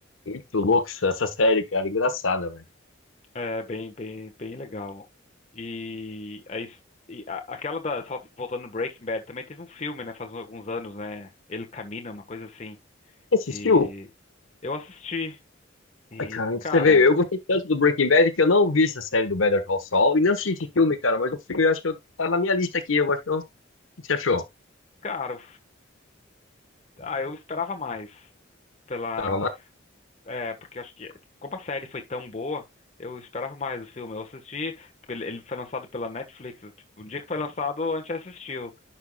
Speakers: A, on the left; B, on the left.
A: Muito louco essa essa série, cara, engraçada, velho.
B: É bem, bem, bem legal. E aí, e a- aquela da, só voltando no Breaking Bad, também teve um filme, né, faz alguns anos, né? Ele Camina, uma coisa assim.
A: Você
B: E
A: assistiu?
B: eu assisti e,
A: Ai, cara, pra
B: cara,
A: você vê, eu gostei tanto do Breaking Bad que eu não vi essa série do Better Call Saul e não assisti esse filme, cara, mas o filme eu acho que eu- tá na minha lista aqui, eu acho que eu... O que você achou?
B: cara, ah, eu esperava mais pela,
A: Tava mais
B: é, porque eu acho que como a série foi tão boa, eu esperava mais o filme. Eu assisti porque ele, ele foi lançado pela Netflix. Tipo, o dia que foi lançado, a gente assistiu.